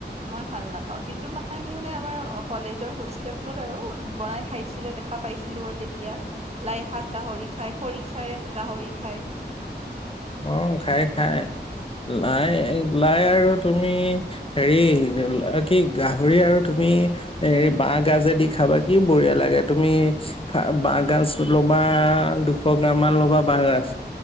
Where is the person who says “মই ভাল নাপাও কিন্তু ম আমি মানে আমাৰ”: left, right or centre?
Right